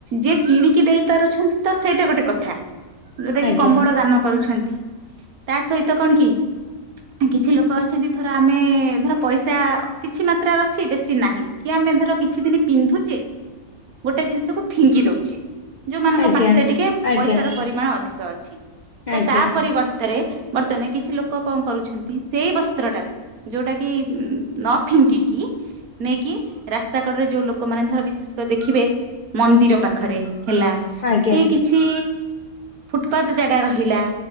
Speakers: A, on the right; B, on the left.
A: ଯିଏ କିଣିକି ଦେଇ ପାରୁଛନ୍ତି ତ ସେଇଟା ଗୋଟେ କଥା। ଯୋଉଟା କି
B: ଆଜ୍ଞା
A: କମ୍ବଳ ଦାନ କରୁଛନ୍ତି ତା ସହିତ କଣ କି କିଛି ଲୋକ ଅଛନ୍ତି ଧର ଆମେ ଧର ପଇସା କିଛି ମାତ୍ରାରେ ଅଛି ବେଶୀ ନାହିଁ। କି ଆମେ ଧର କିଛି ଦିନି ପିନ୍ଧୁଛେ ଗୋଟେ ଜିନିଷକୁ ଫିଙ୍ଗି ଦଉଛେ। ଯୋଉମାନଙ୍କ
B: ଆଜ୍ଞା
A: ପାଖରେ ଟିକେ
B: ଆଜ୍ଞା
A: ପଇସାର ପରିମାଣ ଅଧିକ ଅଛି ତ
B: ଆଜ୍ଞା
A: ତା
B: ଆଜ୍ଞା
A: ପରିବର୍ ତରେ ବର୍ତ୍ତମାନେ କିଛି ଲୋକ କଣ କରୁଛନ୍ତି ସେଇ ବସ୍ତ୍ରଟାକୁ ଯୋଉଟା କି ନ ଫିଙ୍ଗିକି ନେଇକି ରାସ୍ତା କଡ଼ରେ ଯୋଉ ଲୋକମାନେ ଧର ବିଶେଷ କରି ଦେଖିବେ ମନ୍ଦିର ପାଖରେ ହେଲା
B: ଆଜ୍ଞା
A: କି କିଛି ଫୁଟପାତ୍ ଜାଗା ରହିଲା